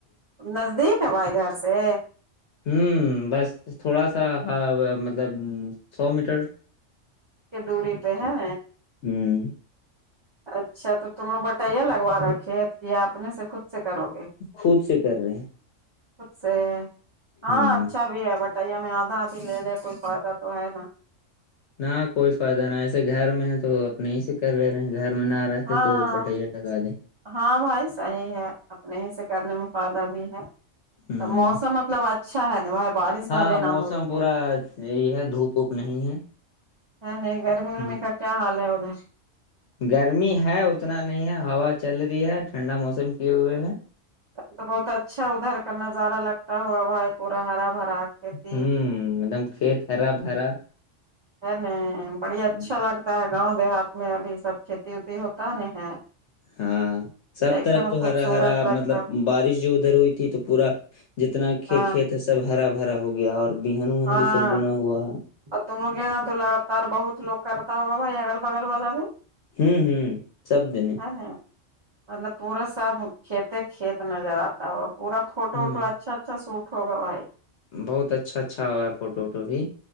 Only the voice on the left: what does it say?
ہوں بس تھوڑا سا مطلب سو میٹر
ہوں
خود سے کر رہے ہیں
ہوں
نہ کوئی فائدہ نہ ایسے گھر میں ہے تو اپنے ہی سے کر لے رہے ہیں گھر میں نہ رہتے
تو بٹیا لگا دیں
ہوں
ہاں
موسم
پورا
یہی ہے دھوپ ووپ نہیں ہے
ہوں
گرمی ہے اتنا نہیں ہے ہوا چل رہی ہے ٹھنڈا موسم کیے ہوئے ہے
ہوں ایک دم کھیت ہرا بھرا
ہوں
ہاں سب
طرف
تو
ہرا ہرا
مطلب
بارش جو ادھر ہوئی تھی تو پورا جتنا ک
کھیت ہے سب ہرا بھرا ہو گیا اور بین وہن
بھی سب گنا ہوا ہے
ہوں ہوں سب دن
ہوں
بہت اچھا اچھا ہوگا فوٹو ووٹو بھی